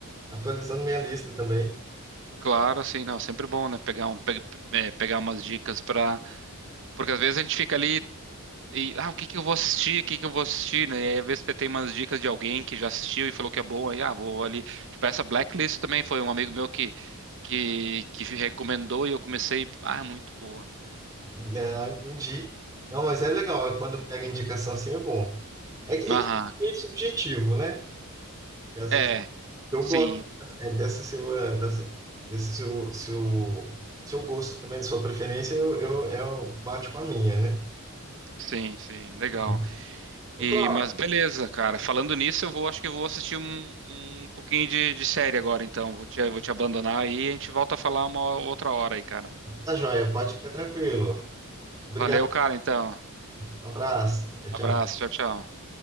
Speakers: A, on the right; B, on the right.
A: atualizando minha lista também.
B: Claro, assim, não, sempre bom, né? Pegar um, pe- pe- é, pegar umas dicas para Porque às vezes a gente fica ali. E, ah, o que que eu vou assistir? O que que eu vou assistir, né? E aí, às vezes você tem umas dicas de alguém que já assistiu e falou que é bom, aí, ah, vou ali. Tipo, essa Blacklist também foi um amigo meu que, que, que recomendou e eu comecei, ah, é muito boa.
A: Ah, entendi. Não, mas é legal, é quando pega indicação assim é bom. É que, é
B: Aham,
A: que é subjetivo, né? Que às
B: é,
A: vezes eu
B: sim,
A: gosto é, dessa sua, dessa, desse seu, seu, seu gosto também, de sua preferência, eu, eu, eu bate com a minha, né?
B: sim, sim, legal.
A: Tá bom. Ô,
B: E,
A: Cláudio,
B: mas beleza, cara, falando nisso, eu vou, acho que eu vou assistir um, um pouquinho de, de série agora, então. Vou te, vou te abandonar aí e a gente volta a falar uma outra hora aí, cara.
A: tá joia, pode ficar tranquilo. Obrigado.
B: Valeu, cara, então.
A: Abraço. Tchau, tchau.
B: Abraço, tchau, tchau.